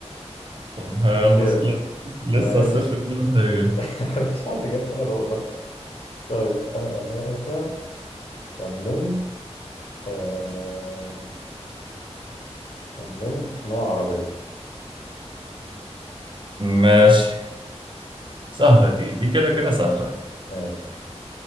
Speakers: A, on the right; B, on the left.
A: طب
B: مش
A: يلا
B: مشكله
A: لسه لسه
B: ماشي
A: الصفر زي ما هي
B: <laughs> مفيش حد جاب ولا نقطه طيب انا يا باشا خمنت آه... خمنت نوع عربيه
A: ماشي سهلة دي دي كده كده سهلة
B: ماشي